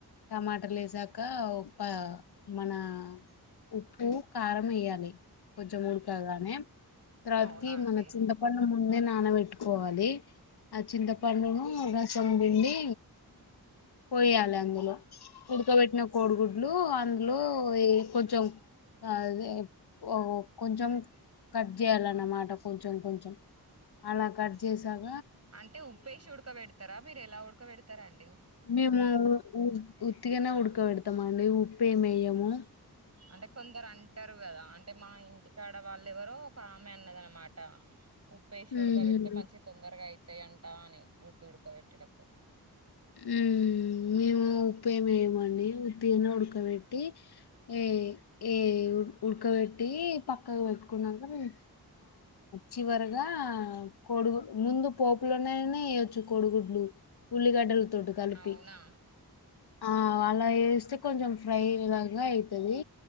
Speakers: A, on the left; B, on the right.
A: టమాటాలు వేశాక ప మన ఉప్పు కారం వేయాలి కొంచెం ఉడకగానే తర్వాతికి
B: అవునా అండి
A: మన చింతపండు ముందే నానబెట్టుకో పోవాలి ఆ చింతపండును రసం బిండి పోయాలి అందులో ఉడకబెట్టిన కోడిగుడ్లు అందులో ఎ కొంచెం అదే కొంచెం కట్ చేయాలన్నమాట కొంచెం కొంచెం మన కట్ చేసాక
B: అంటే ఉప్పేసి ఉడకబెడతారా మీరు ఎలా ఉడకబెడతారా అండి
A: మేము ఉత్తిగానే ఉడుక వెడకబెడతామాండి ఉప్పే మేయ్యము
B: అని కొందరు అంటారు కదా అంటే మా ఇంటి తడ వాళ్లెవరో ఒక ఆమె అన్నద అనమాట ఉప్పేసి
A: మ్మ్.
B: ఉడుగా బెడితే మంచి తొందరగా అయి వతాయంట అని ఒడ్డు ఉడుకబెట్టేటప్పుడు
A: ఉ మేము ఉప్పేమేయమండి ఉత్తిగాని ఉడకబ పెట్టి ఏ ఏ ఉడకబెట్టి పక్కకి పెట్టుకున్నాక ఇ చివర ఇ కొడుగు ముందు పోపులోనేన వేయ్యొచ్చు కోడుగుడ్లు ఉల్లి కండల తొడ్డు కలిపి
B: అవునా
A: ఆ అలా వేస్తే కొంచెం ఫ్రై లాగా ఐతుంది